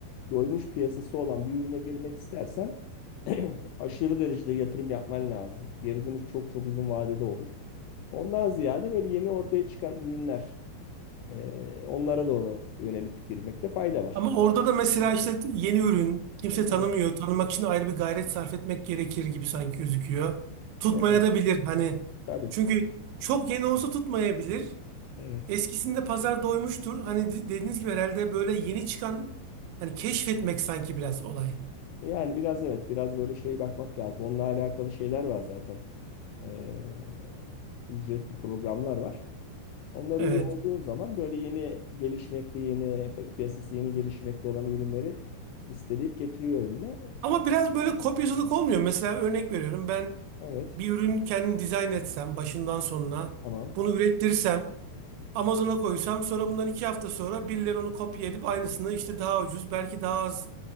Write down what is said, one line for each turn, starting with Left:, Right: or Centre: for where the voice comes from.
Left: doymuş piyasası olan bir ürüne girmek istersen <clears throat> aşırı derecede yatırım yapman lazım. Geri dönüş çok çok uzun vadede olur. Ondan ziyade böyle yeni ortaya çıkan ürünler e, onlara doğru yönelip girmekte fayda var.
Right: Ama orada da mesela işte yeni ürün kimse tanımıyor.
Left: Evet.
Right: Tanımak için ayrı bir gayret sarf etmek gerekir gibi sanki gözüküyor. Tutmaya
Left: Evet
Right: da bilir hani.
Left: tabii.
Right: Çünkü çok yeni olsa tutmayabilir.
Left: Evet.
Right: Eskisinde pazar doymuştur. Hani de- dediğiniz gibi herhalde böyle yeni çıkan hani keşfetmek sanki biraz olay.
Left: Yani biraz evet, biraz böyle şey bakmak lazım. Onunla alakalı şeyler var zaten. Ee, ücretli programlar var. Onlara
Right: Evet.
Left: üye olduğun zaman böyle yeni gelişmekte, yeni pi- piyasası yeni gelişmekte olan ürünleri listeleyip getiriyor önüne.
Right: Ama biraz böyle kopyacılık olmuyor. Mesela örnek veriyorum ben
Left: Evet,
Right: bir ürün kendim dizayn etsem başından sonuna
Left: tamam.
Right: bunu ürettirsem Amazon'a koysam sonra bundan iki hafta sonra birileri onu kopya edip aynısını işte daha ucuz belki daha az